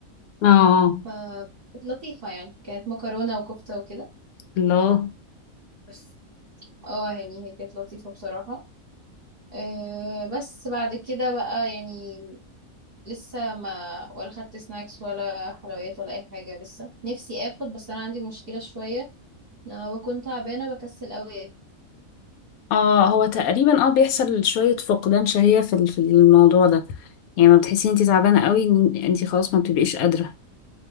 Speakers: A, on the left; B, on the right.
A: اه
B: فكانت لطيفة يعني كانت مكرونة وكفتة وكده
A: الله
B: بس اه يعني هي كانت لطيفة بصراحة أه بس بعد كده بقى يعني لسه ما ولا خدت سناكس ولا حلويات ولا اي حاجه لسه نفسي اخد بس انا عندي مشكله شويه لما بكون تعبانه بكسل قوي اكل.
A: اه هو تقريبا اه بيحصل شويه فقدان شهيه في ال- في الموضوع ده يعني ما بتحسي انتي تعبانه قوي إن انتي خلاص ما بتبقيش قادره